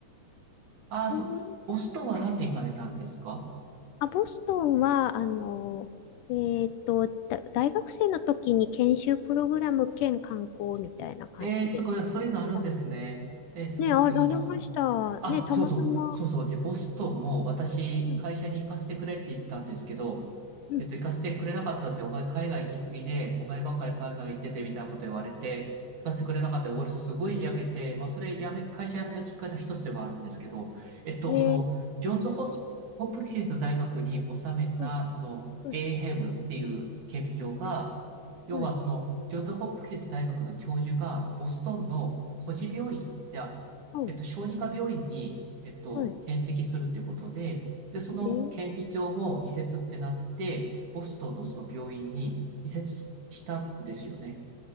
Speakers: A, on the right (about 65°); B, on the left (about 75°).
A: ああ、そっか。
B: ニューヨ
A: ボストンは何で行かれたんですか
B: あ、ボストンは、あの、えっと、だ大学生の時に研修プログラム兼観光みたいな感じで行った。
A: ええー、すごい、そういうのあるんですね。
B: あ
A: えー、すごくいいな。
B: ね、あ、ありました。
A: あ、
B: ね、たまたま。
A: そうそう、そうそう。で、ボストンも私、
B: うん、
A: 会社に行かせてくれって言ったんですけど、
B: うん。
A: えっと、行かせてくれなかったんですよ。お前海外行きすぎで、お前ばっかり海外行っててみたいなこと言われて、行かせてくれなかったよ。俺すごい焼けて、まあ、それやめ、会社辞めたきっかけの一つではあるんですけど、えっと、
B: <laughs> えー、
A: その、ジョンズホス・ホプキンス大学に収めた、
B: はい、
A: その、
B: はい、
A: エーヘムっていう顕微鏡が、
B: はい、
A: 要はその、
B: はい、
A: ジョンズ・ホプキンス大学の教授が、ボストンの孤児病院、いや、
B: はい、
A: えっと、小児科病院に、えっと、
B: はい、
A: 転籍するってことで、で、その顕微鏡も移設ってなって、
B: えー、
A: ボストンのその病院に移設したんですよね。
B: うん、